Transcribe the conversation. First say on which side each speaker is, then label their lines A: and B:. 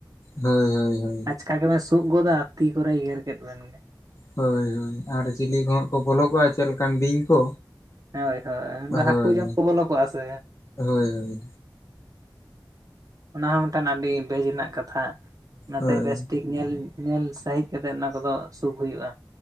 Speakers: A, on the left; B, on the right.
A: ᱦᱳᱭ - ᱦᱳᱭ- ᱦᱳᱭ᱾
B: ᱟᱪᱠᱟ ᱜᱮᱵᱮᱱ ᱥᱩᱜ ᱜᱚᱫᱟ, ᱛᱤ ᱠᱚᱨᱮ ᱜᱮᱨ ᱠᱮᱫ ᱵᱮᱱᱜᱮ᱾
A: ᱦᱳᱭ - ᱦᱳᱭ ᱟᱨ ᱪᱤᱞᱤ ᱠᱚ ᱦᱟᱸᱜ ᱠᱚ ᱵᱚᱞᱚ ᱠᱚᱜᱼᱟ, ᱪᱮᱫ ᱞᱮᱠᱟᱱ ᱵᱤᱧ ᱠᱚ᱾
B: ᱦᱳᱭ - ᱦᱳᱭ,
A: ᱦᱳᱭ
B: ᱦᱟᱠᱩ ᱡᱚᱢ ᱠᱚ ᱵᱚᱞᱚ ᱠᱚᱜᱼᱟ ᱥᱮ᱾
A: ᱦᱳᱭ ᱦᱳᱭ
B: ᱚᱱᱟ ᱦᱚᱸ ᱢᱤᱫᱴᱟᱱ ᱟᱰᱤ ᱵᱮᱡᱽ ᱨᱮᱱᱟᱜ ᱠᱟᱛᱷᱟ, ᱚᱱᱟᱛᱮ
A: ᱦᱳᱭ
B: ᱵᱮᱥᱴᱷᱤᱠ ᱧᱮᱞ - ᱧᱮᱞ ᱥᱟᱹᱦᱤᱡ ᱠᱟᱛᱮ ᱚᱱᱟ ᱠᱚᱫᱚ ᱥᱩᱜ ᱦᱩᱭᱩᱜᱼᱟ᱾